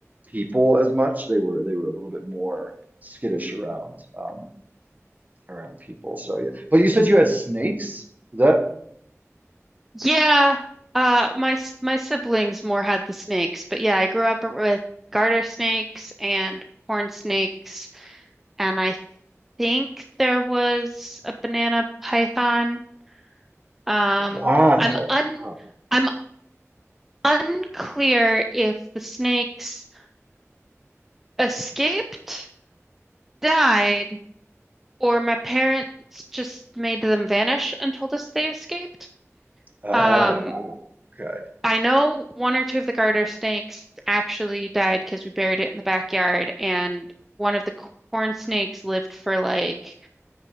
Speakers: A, on the right; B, in the centre.
A: people as much. They were they were a little bit more skittish around um, around people. So yeah. But you said you had snakes? Is that
B: Yeah, uh my s- my siblings more had the snakes, but yeah, I grew up with garter snakes and horn snakes, and I think there was a banana python. Um,
A: wow.
B: I'm un
A: Oh,
B: I'm unclear if the snakes escaped, died, or my parents just made them vanish and told us they escaped.
A: oh,
B: Um,
A: wow. Okay.
B: I know one or two of the garter snakes actually died because we buried it in the backyard, and one of the corn snakes lived for like